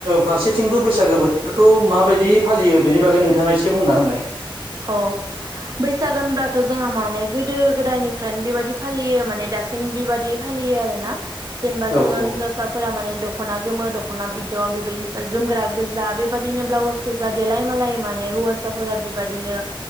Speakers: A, on the right (about 75°); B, on the right (about 40°).
A: फारसेथिंबो बैसागो बोथोरखौ माबायदि फालियो बेनि बागै नोंथाङा एसे बुंना होननाय
B: अ बैसागो होनब्लाथ' जोंहा माने गोदो - गोदायनिफ्रायनो बेबायादि फालियो माने दा सिम बेबायादि फालियो आरो ना जेनेबा
A: औ
B: जोङो
A: औ
B: हिनजावसाफोरा माने दख'ना गोमो द दख'ना बिदन, बेबायदिनो जोमग्रा गोजा बेबायाददिनो ब्लाउस गोजा देलाय -मालाय माने हौवासाफोरा बादिनो